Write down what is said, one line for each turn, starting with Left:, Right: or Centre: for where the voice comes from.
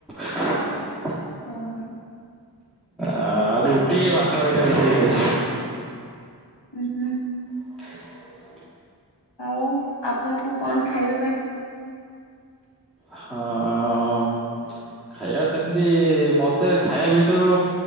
Centre: <unintelligible>
Left: ହଁ ହ।
Centre: ଆ ରୁଟି, ଭାତ ଦିଟା ମିଶେଇ ଖାଇବି।
Left: ଉ ହୁଁ।
Centre: <inaudible>
Left: ଆଉ ଆପଣଙ୍କୁ କଣ ଖାଇବେ?
Centre: ହଁ-ଅଁ -ଅଁ -ଅଁ -ଅଁ -ଅଁ ଖାଇବା ସେମିତି ମତେ ଖାଇବା ଭିତରୁ,